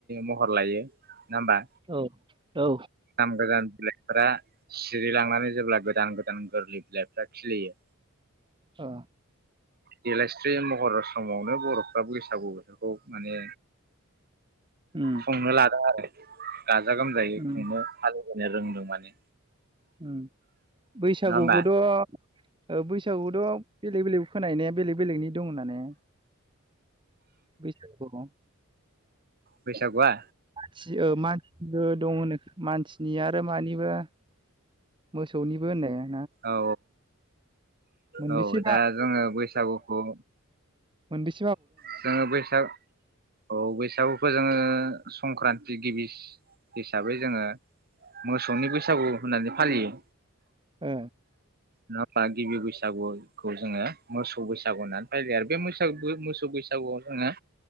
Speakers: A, on the right; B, on the right.
A: महर लायो नङा होमबा
B: औ औ
A: दाम गोजान बिलाइफोरा सिरिलांनानै जेब्ला गोदान गोदान गोरलै बिलाइफ्रा खिलियो।
B: ओ
A: देलायस्रि महर समावनो बर'फ्रा बैसागु बोथोरखौ माने
B: उम
A: खुंनो लादों आरो गाजा गोमजायै
B: उम
A: खुंनो फालिबोनो रोंदों माने
B: उम बैसागुखौथ'
A: नङा होमबा?
B: ओ बैसागुथ' बेलेग बेलेग खोनायो ने बेलेग बेलेगनि दं होननानै? बैसागुखौ
A: बैसागुआ
B: मानसि ओ मानसिनिबो दङ होननाय खो मानसिनि आरो मानिबा मोसौनिबो होननाया
A: औ
B: मोनबेसे
A: औ औ दा जोङो बैसागुखौ
B: मोन बेस
A: जोङो बैसाग औ बैसागुखौ जोङो संक्रान्ति गिबिस हिसाबै जोङो मोसौनि बैसागु होननानै फालियो
B: ओ
A: नङा होमबा गिबि बैसागुखौ जोङो मोसौ बैसागु होननानै फालियो आरो बे मैसागु मोसौ बैसागुआव जोङो